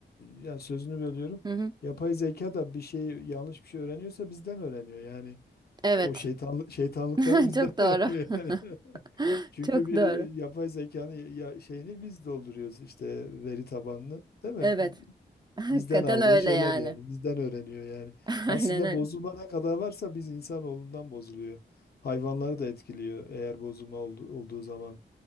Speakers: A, on the left (about 50°); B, on the right (about 20°).
A: e, yani sözünü bölüyorum.
B: Hı hı.
A: Yapay zeka da bir şey yanlış bir şey öğreniyorsa bizden öğreniyor. Yani
B: Evet.
A: o şeytan şeytanlıkları
B: <laughs>
A: bizden
B: Çok
A: <laughs>
B: doğru.
A: öğreniyor yani. <laughs>
B: <laughs>
A: Çünkü
B: Çok
A: bir
B: doğru.
A: e, yapay zekanın ya, şeyini biz dolduruyoruz işte veri tabanını, değil mi?
B: Evet. <laughs> Hakikaten
A: Bizden aldığı
B: öyle
A: şeyler
B: yani.
A: yani. Bizden öğreniyor yani.
B: <laughs>
A: Aslında
B: Aynen öyle.
A: bozulma ne kadar varsa biz insanoğlundan bozuluyor. Hayvanları da etkiliyor eğer bozulma oldu- olduğu zaman.